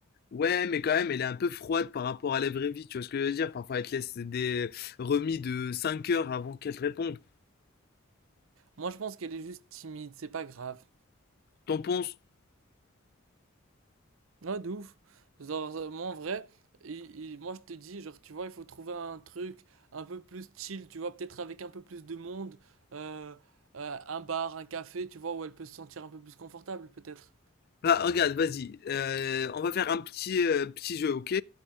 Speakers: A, on the left; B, on the right.
A: Ouais, mais quand même, elle est un peu froide par rapport à la vraie vie, tu vois ce que je veux dire? Parfois, elle te laisse des remis de cinq heures avant qu'elle te réponde.
B: Moi je pense qu'elle est juste timide, c'est pas grave.
A: T'en penses?
B: Ouais, de ouf. Genre, euh, moi en vrai, il- il- moi je te dis, genre, tu vois, il faut trouver un truc un peu plus chill, tu vois, peut-être avec un peu plus de monde, euh, euh, un bar, un café, tu vois, où elle peut se sentir un peu plus confortable, peut-être.
A: Bah, regarde, vas-y, euh, on va faire un petit, euh, petit jeu, ok?